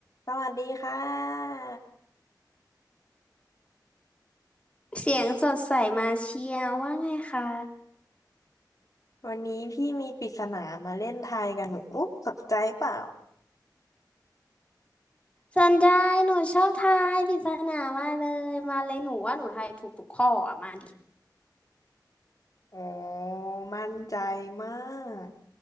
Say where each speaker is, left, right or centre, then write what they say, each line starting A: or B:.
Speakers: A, on the left; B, on the left.
A: สวัสดีค่ะ
B: เสียงสดใสมาเชียร์ว่าไงคะ
A: วันนี้พี่มีปริศนามาเล่นทายกันหนูอุ๊ยสนใจเปล่า
B: สนใจหนูชอบทายปริศนามากเลยมาเลยหนูว่าหนูทายถูกทุกข้ออ่ะมาดิ
A: โอ้มั่นใจมาก